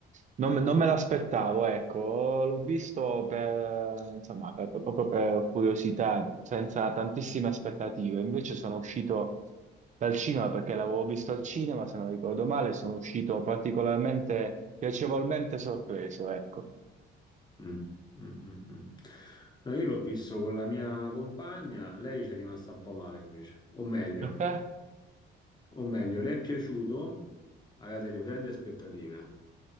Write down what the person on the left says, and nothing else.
Mm, mm, mm, mm. No, io l'ho visto con la mia compagna, lei ci è rimasta un po' male invece, o meglio,
o meglio, le è piaciuto, aveva delle grandi aspettative,